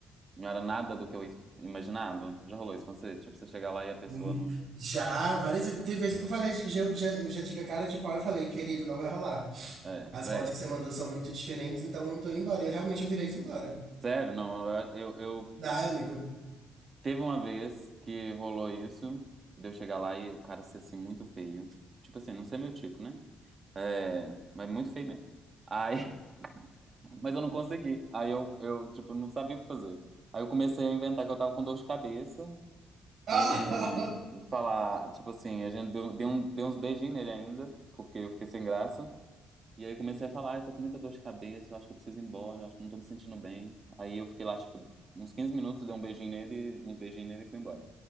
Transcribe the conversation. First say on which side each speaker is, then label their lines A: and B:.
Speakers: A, on the right; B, on the right.
A: não era nada do que eu is- imaginava. Já rolou isso com você? Tipo, você chegar lá e a pessoa
B: Hum,
A: não.
B: Já, várias vezes. Teve vezes que eu falei, já- eu já, eu já tive a cara de pau e falei, querido, não vai rolar.
A: É,
B: As
A: véi,
B: fotos que você mandou são muito diferentes, então eu não tô indo embora. E realmente eu virei e fui embora.
A: sério, não, eu, eu, eu-
B: Ai, amigo.
A: Teve uma vez que rolou isso, de eu chegar lá e o cara ser assim muito feio. Tipo assim, não sei meu tipo, né? É, mas muito feio mesmo. Aí Mas eu não consegui. Aí eu, eu, tipo, não sabia o que fazer. Aí eu comecei a inventar que eu tava com dor de cabeça
B: Ah!
A: e falar, tipo assim, a gente deu, deu, um- deu uns beijinhos nele ainda, porque eu fiquei sem graça. E aí comecei a falar, ai, tô com muita dor de cabeça, eu acho que eu preciso ir embora, acho que não tô me sentindo bem. Aí eu fiquei lá, tipo, uns 15 minutos, dei um beijinho nele, uns beijinhos nele e fui embora.